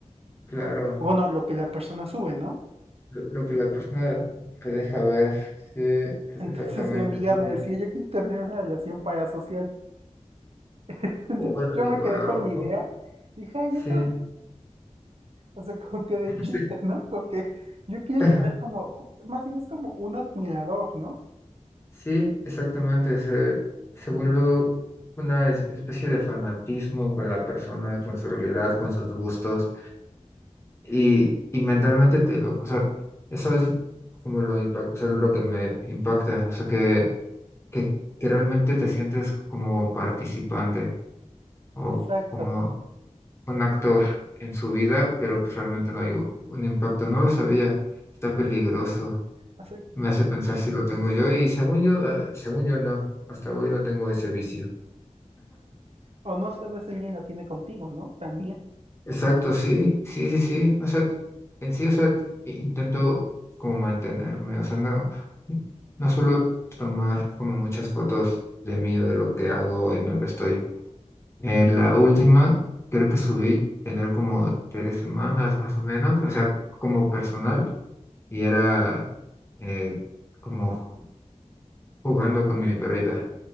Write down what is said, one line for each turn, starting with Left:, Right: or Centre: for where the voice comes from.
Left: claro,
Right: Bueno, lo que la persona sube, ¿no?
Left: lo, lo que la persona te deja ver, sí, e-
Right: Entonces
Left: exactamente,
Right: <laughs> mi amiga
Left: sí.
Right: me decía, yo quiero tener una relación parasocial. <laughs> Entonces
Left: Órale,
Right: yo me
Left: wow.
Right: quedé con la idea, dije, "Ay,
Left: Sí,
Right: yo <laughs> O sea, como que de
Left: <laughs>
Right: chiste, ¿no? Como que yo quiero
Left: ajá,
Right: tener como, ju- más bien es como un admirador, ¿no?
Left: sí, exactamente. Se, se
Right: Ujú,
Left: vuelve una es- especie de fanatismo con la persona, con su realidad, con sus gustos. Y, y mentalmente te lo, o sea, eso es como lo, impa- o sea, lo que me impacta. O sea, que, que, que realmente te sientes como participante o
Right: Exacto.
Left: como un actor en su vida, pero pues realmente no hay u- un impacto. No lo sabía. Está peligroso.
Right: O sea,
Left: Me
Right: co-
Left: hace pensar si lo tengo yo y según yo, eh, según yo no, hasta hoy no tengo ese vicio.
Right: o no sabes si alguien lo tiene contigo, ¿no? También.
Left: Exacto, sí, sí, sí, sí. O sea, en sí, o sea, i- intento como mantenerme, o sea, no, no suelo tomar como muchas fotos de mí o de lo que hago, en donde estoy. Eh, la última, creo que subí, tendrá como tres semanas más o menos, o sea, como personal y era eh, como jugando con mi perrita.